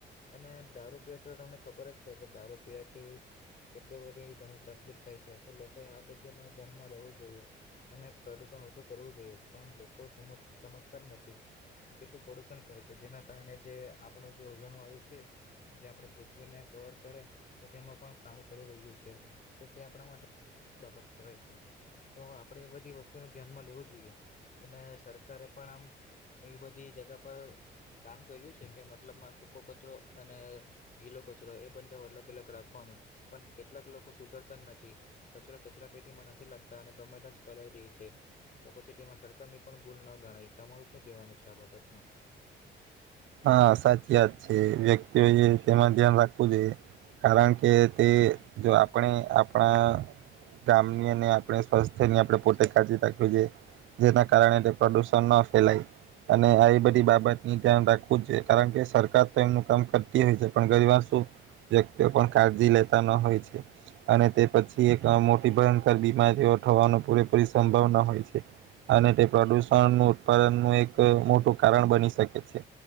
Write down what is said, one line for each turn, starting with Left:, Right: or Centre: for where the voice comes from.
Left: અને દારૂ પીવાથી તમને ખબર જ છે કે દારૂ પીવાથી કેટલી બધી ઘણી તકલીફ થાય છે તો લોકો આ બધું ધ્યાનમાં લેવું જોઈએ અને પ્રદુષણ ઓછું કરવું જોઈએ પણ લોકો સમજતા જ નથી. કેટલું પ્રદુષણ કરે છે જેના કારણે જે આપણું જે ઉર્જા નુ વાયુ છે જે આપણે પૃથ્વીને કવર કરે તો તેમાં પણ કાણું પડી રહ્યું છે તો તે આપણા માટે આ બાબત કહેવાય છે. તો આપણેે એ બધી વસ્તુનું ધ્યાનમાં લેવું જોઈએ અને સરકારે પણ આમ એવી બધી જગા પર કામ કર્યું છે કે મતલબમાં સૂકો કચરો અને ગીલો કચરો એ બને અલગ અલગ રાખવાન નો પણ કેટલાક લોકો સુધરતા નથી કચરો કચરા પેટીમાં નથી લાગતા અને ગમે ત્યાં જ ફલાઈ દે છે. તો પછી તેમાં સરકારની પણ ભૂલ ન ગણાય તમારું શું કહેવાનું છે આ બાબતમાં?
Right: હા સાચી વાત છે. વ્યક્તિઓ એ તેમાં ધ્યાન રાખવું જોઈએ. કારણ કે તે જો આપણે આપણા ગામની અને આપણે સ્વાસ્થ્યની આપણે પોતે કાળજી રાખવી જોઈએ. જેના કારણે તે પ્રદુષણ ન ફેલાય અને આ બધી બાબતની જવાબદારી એ છે. કારણ કે સરકાર તો એમનું કામ કરતી હોય છે પણ ઘણીવાર શું વ્યક્તિઓ પણ કાળજી લેતા ન હોય છે અને તે પછી એક મોટી અ ભયંકર બીમારીઓ થવાનો પૂરેપૂરી સંભાવના હોય છે. અને તે પ્રદુષણ નું ઉત્પાદન નું એક મોટું કારણ બની શકે છે.